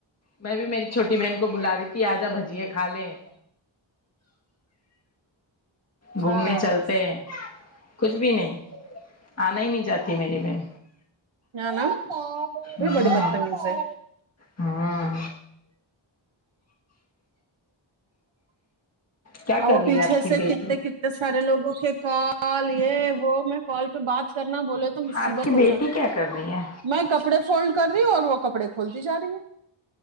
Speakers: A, on the left; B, on the right.
A: میں بھی میری چھٹی بہن کو بلا دی تھی آجا بھجییا کھا لیں گھومنے
B: بس
A: چلتے ہیں کچھ بھی نہیں آنا ہی نہیں جاتی میری بہن
B: نا نا بھئی
A: ہاں
B: بڑے بد تمیز ہے
A: ہاں کیا
B: ہاں
A: کر
B: وہ
A: رہی
B: پیچھے
A: ہے آپ کی
B: سے
A: بیٹی
B: کتنے کتنے سارے لوگوں کے کال یہ وہ میں کال پہ بات کرنا بولے تو مصیبت
A: آپ کی
B: ہو
A: بیٹی
B: جاتی
A: کیا کر رہی ہے
B: میں کپڑے فولڈ کر رہی ہوں اور وہ کپڑے کھولتی جا رہی ہے